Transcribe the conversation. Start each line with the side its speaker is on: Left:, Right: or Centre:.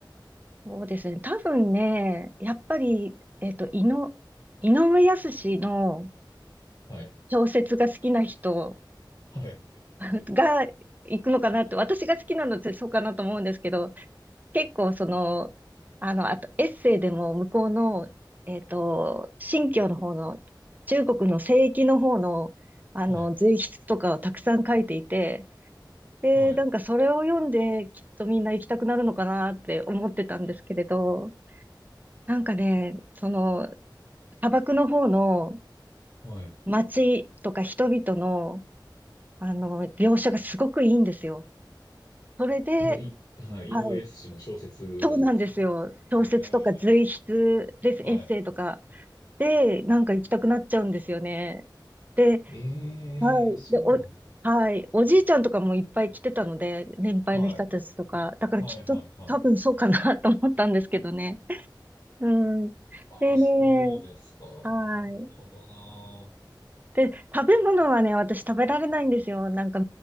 Right: そうですね。多分ね、やっぱり、えっと、井の、井上靖の
Left: はい。
Right: 小説が好きな人
Left: はい。
Right: が行くのかなって、私が好きなのってそうかなと思うんですけど、結構その、あの、あとエッセイでも向こうの、えっと、新疆の方の、中国の西域の方の、あの、
Left: はい。
Right: 随筆とかをたくさん書いていて、で、
Left: はい。
Right: なんかそれを読んで、きっとみんな行きたくなるのかなって思ってたんですけれど、なんかね、その、砂漠の方の
Left: はい。
Right: 街とか人々の、あの、描写がすごくいいんですよ。それで、
Left: その、い、はいはいはいそのいはい井上靖の小説がですか
Right: はい、そうなんですよ。小説とか随筆です、
Left: えーはい。
Right: エッセイとかで、なんか行きたくなっちゃうんですよね。で
Left: え
Right: はい。
Left: えーそうなんだ。
Right: で、お、はい。おじいちゃんとかもいっぱい来てたので、年配の人たちとか。
Left: はい。
Right: だからきっと多分そうかな
Left: はいはいはい。
Right: <laughs> と思ったんですけどね。うん。
Left: ああ、
Right: でね、
Left: そうですか。
Right: はい。
Left: なるほどな。
Right: で、食べ物はね、私食べられないんですよ。なんか、